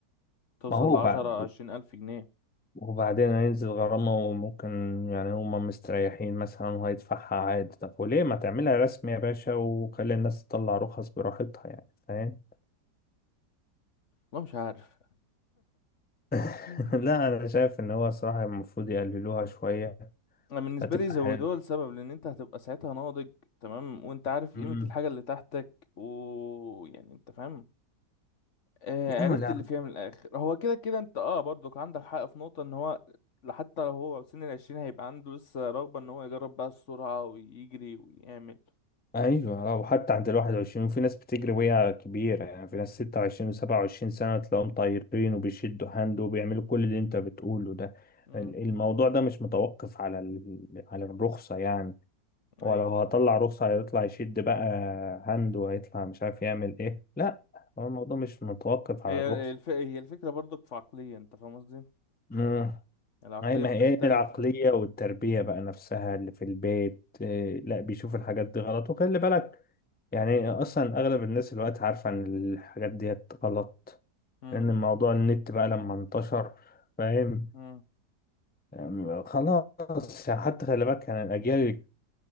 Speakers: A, on the left; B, on the left.
A: توصل
B: ما هو
A: لعشرة
B: بقى
A: عشرين الف جنيه
B: وبعدين هينزل غرامة وممكن يعني هما مستريحين مثلا وهيدفعها عادي طب وليه ما تعملها رسمي يا باشا وخلي الناس تطلع رخص براحتها يعني فاهم
A: والله مش عارف
B: <laughs>
A: <laughs>
B: لا أنا شايف إن هو صراحة المفروض يقللوها شوية
A: انا بالنسبه
B: هتبقى
A: لي زودوها
B: حلوة
A: لسبب لان انت هتبقى ساعتها ناضج تمام وانت عارف قيمه
B: أمم.
A: الحاجه اللي تحتك ويعني انت فاهم آه
B: لا
A: عرفت
B: لا
A: اللي فيها من الاخر هو كده كده انت اه برضك عندك حق في نقطه ان هو حتى لو هو سن العشرين هيبقى عنده لسه رغبه ان هو يجرب بقى السرعه ويجري ويعمل
B: أيوة آه، وحتى عند الواحد وعشرين وفي ناس بتجري وهي كبيرة يعني في ناس ستة وعشرين وسبعة وعشرين سنة تلاقيهم طايرين وبيشدوا هاند وبيعملوا كل اللي أنت بتقوله ده
A: امم
B: الموضوع ده مش متوقف على ال- على الرخصة يعني ولو
A: ايوه
B: هطلع رخصة هيطلع يشد بقى هند وهيطلع مش عارف يعمل ايه لا هو الموضوع مش متوقف على
A: هي
B: الرخصة
A: الف... هي الفكره برضك في عقليه انت فاهم قصدي
B: مم.
A: العقليه
B: أي ما
A: بتختلف
B: هي إيه العقلية والتربية بقى نفسها اللي في البيت إيه لا بيشوف الحاجات دي غلط وخلي بالك يعني أصلا أغلب الناس الوقت عارفة إن الحاجات دي غلط
A: امم
B: لأن الموضوع النت بقى لما انتشر فاهم
A: امم
B: يعني خلاص يعني حتى خلي بالك يعني الأجيال